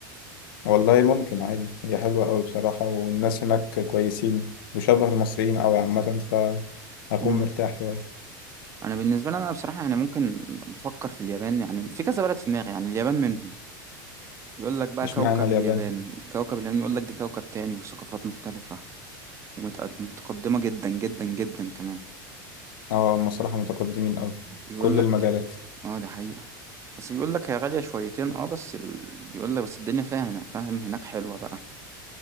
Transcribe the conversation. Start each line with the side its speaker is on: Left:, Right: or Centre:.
Left: والله ممكن عادي هي حلوة أوي بصراحة والناس هناك كويسين وشبه المصريين أوي عامة فهكون
Right: امم
Left: مرتاح شوية
Right: انا بالنسبه لي انا بصراحه يعني ممكن بفكر في اليابان يعني في كذا بلد في دماغي يعني اليابان منهم يقول لك بقى
Left: اشمعنى
Right: كوكب
Left: اليابان؟
Right: اليابان كوكب اليابان يقول لك دي كوكب تاني وثقافات مختلفه ومتقدمه جدا جدا جدا كمان
Left: اه هم صراحة متقدمين أوي
Right: بيقول
Left: كل
Right: لك
Left: المجالات
Right: اه دي حقيقه بس بيقول لك هي غاليه شويتين اه بس ال... بيقول لك بس الدنيا فيها هنا فاهم هناك حلوه بقى